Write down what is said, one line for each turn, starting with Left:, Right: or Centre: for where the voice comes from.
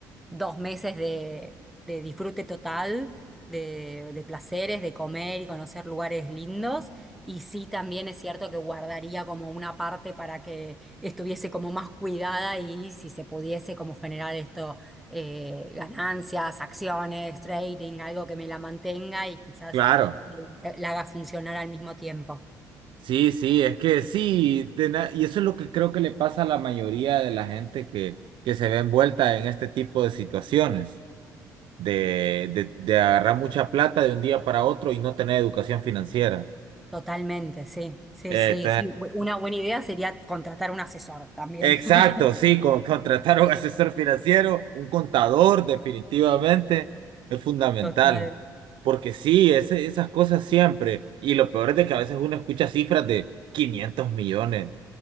Centre: dos meses de, de disfrute total, de, de placeres, de comer y conocer lugares lindos. Y sí, también es cierto que guardaría como una parte para que estuviese como más cuidada y si se pudiese como generar esto, eh, ganancias, acciones, trading, algo que me la mantenga y quizás
Right: claro.
Centre: eh, la haga funcionar al mismo tiempo.
Right: Sí, sí, es que sí, de na- y eso es lo que creo que le pasa a la mayoría de la gente que, que se ve envuelta en este tipo de situaciones, de, de, de agarrar mucha plata de un día para otro y no tener educación financiera.
Centre: Totalmente, sí, sí,
Right: Eh,
Centre: sí, sí. Bu- Una buena idea sería contratar un asesor también,
Right: Exacto,
Centre: <laughs> por ejemplo.
Right: sí, con- contratar a un asesor financiero, un contador, definitivamente es fundamental.
Centre: Total.
Right: Porque sí, ese- esas cosas siempre. Y lo peor es de que a veces uno escucha cifras de 500 millones.